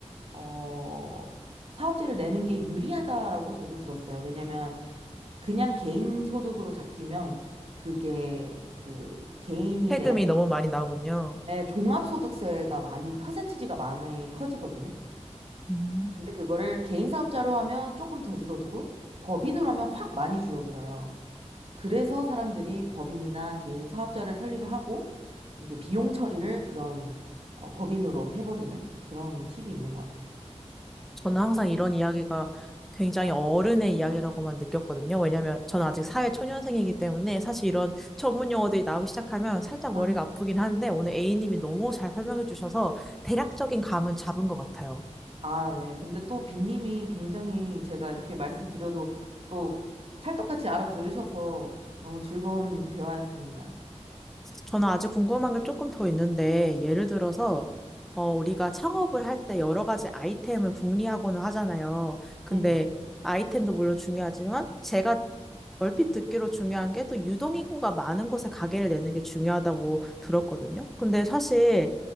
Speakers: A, on the right; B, in the centre.
A: 어, 사업체를 내는 게 유리하다라고 저도 들었어요. 왜냐면 그냥 개인 소득으로 잡히면 그게 그 개인이
B: 세금이
A: 내야
B: 너무 많이 나오군요.
A: 네, 종합소득세가 많이 퍼센티지가 많이 커지거든요.
B: 음.
A: 근데 그거를 개인 사업자로 하면 조금 더 줄어들고 법인으로 하면 확 많이 줄어들어요. 그래서 사람들이 법인이나 개인 사업자를 설립을 하고 이제 비용 처리를 그런 어, 법인으로 해버리는 그런 팁이 있는 것 같아요.
B: 저는 항상 이런 이야기가 굉장히 어른의 이야기라고만 느꼈거든요. 왜냐면 저는 아직 사회 초년생이기 때문에 사실 이런 전문 용어들이 나오기 시작하면 살짝
A: 아,
B: 머리가 아프긴 한데 오늘 A님이 너무 잘 설명해 주셔서 대략적인 감은 잡은 것 같아요.
A: 아, 네. 근데 또 비님이 굉장히 제가 이렇게 말씀드려도 또 찰떡같이 알아들으셔서 너무 즐거운 대화였습니다.
B: 저는 아직 궁금한 게 조금 더 있는데, 예를 들어서, 어, 우리가 창업을 할 때 여러 가지 아이템을 궁리하고는 하잖아요. 근데
A: 네네.
B: 아이템도 물론 중요하지만, 제가 얼핏 듣기로 중요한 게 또 유동인구가 많은 곳에 가게를 내는 게 중요하다고 들었거든요. 근데 사실